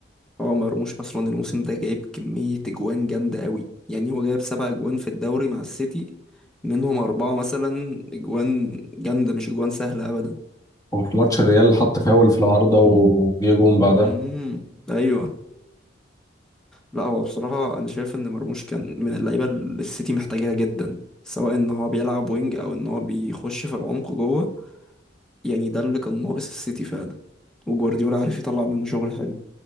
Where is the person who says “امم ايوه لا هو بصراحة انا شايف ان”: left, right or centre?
Centre